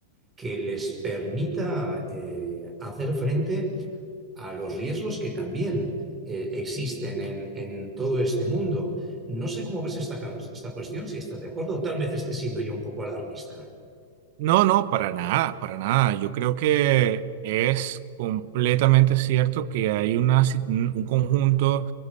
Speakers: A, on the right; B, on the right.
A: que les permita eh, hacer frente a los riesgos que también eh, existen en, en, todo este mundo. No sé cómo ves esta, esta cuestión, si estás de acuerdo, o tal vez esté siendo yo un poco alarmista.
B: No, no, para nada, para nada. Yo creo que es completamente cierto que hay una, si- un conjunto